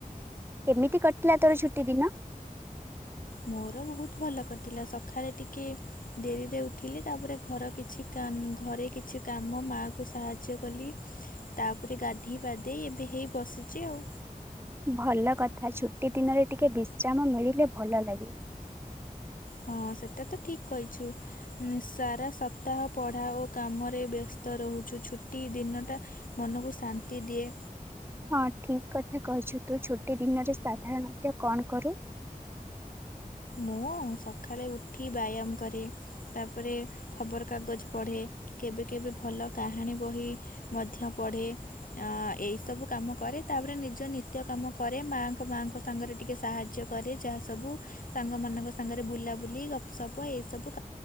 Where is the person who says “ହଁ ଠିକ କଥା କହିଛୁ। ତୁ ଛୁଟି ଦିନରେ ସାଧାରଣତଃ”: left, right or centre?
Right